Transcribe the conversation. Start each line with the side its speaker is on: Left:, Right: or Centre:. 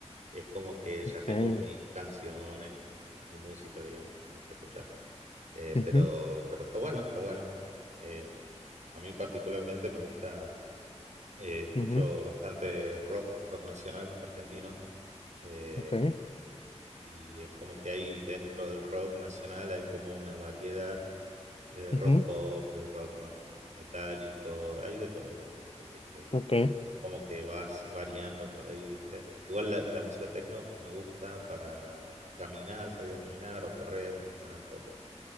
Right: Es como que ya tengo
Left: eh,
Right: mis canciones, mi, mi música, digamos, que me gusta escuchar. Eh,
Left: ujú,
Right: pero, pero está bueno, está bueno. Eh, a mí particularmente me gusta, eh, escucho
Left: ujú,
Right: bastante rock, rock nacional argentino. Eh,
Left: ok,
Right: y es como que hay dentro del rock nacional, hay como una variedad de
Left: ujú,
Right: rock pop, de rock más metálico, hay de todo, digamos. Así que
Left: ok,
Right: es como que vas variando por ahí, ¿viste? Igual la, la música techno me gusta para caminar, salir a caminar o correr, entrenar un poco.